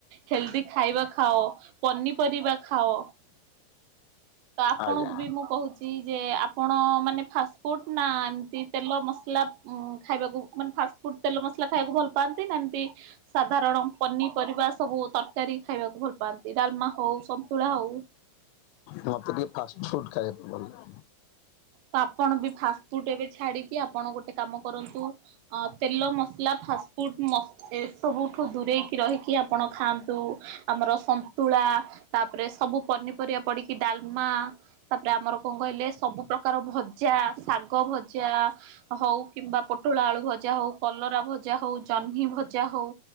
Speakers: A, on the right; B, on the left.
A: ହେଲ୍ଦି ଖାଇବା ଖାଅ ପନିପରିବା ଖାଅ। ତ ଆପଣଙ୍କୁ
B: ଆଜ୍ଞା
A: ବି ମୁଁ କହୁଚି ଯେ ଆପଣ ମାନେ ଫାଷ୍ଟ ଫୁଟ୍ ନା ଏମିତି ତେଲ ମସଲା ଖାଇବାକୁ ମାନେ ଫାଷ୍ଟ୍ ଫୁଟ୍ ତେଲ ମସଲା ଖାଇବାକୁ ଭଲ ପାଆନ୍ତି ନା ଏମିତି ସାଧାରଣ ପନିପରିବା ସବୁ ତରକାରୀ ଖାଇବାକୁ ଭଲ ପାଆନ୍ତି ଡ଼ାଲମା ହଉ ସନ୍ତୁଳା ହଉ।
B: ମତେ ଟିକେ ଫାଷ୍ଟ ଫୁଡ୍ ଖାଇବାକୁ ଭଲ ଲାଗେ।
A: ତ ଆପଣ ବି ଫାଷ୍ଟ ଫୁଡ ଏବେ ଛାଡିକି ଆପଣ ଗୋଟେ କାମ କରନ୍ତୁ ଅ ତେଲ ମସଲା ଫାଷ୍ଟ ଫୁଡ୍ ମ ଏସବୁଠୁ ଦୂରେଇକି ରହିକି ଆପଣ ଖାଆନ୍ତୁ ଆମର ସନ୍ତୁଳା ତାପରେ ସବୁ ପନିପରିବା ପଡିକି ଡାଲମା ତାପରେ ଆମର କଣ କହିଲେ ସବୁ ପ୍ରକାର ଭଜା ଶାଗ ଭଜା ହଉ କିମ୍ବା ପୋଟଳ ଆଳୁ ଭଜା ହଉ କଲରା ଭଜା ହଉ ଜହ୍ନି ଭଜା ହଉ।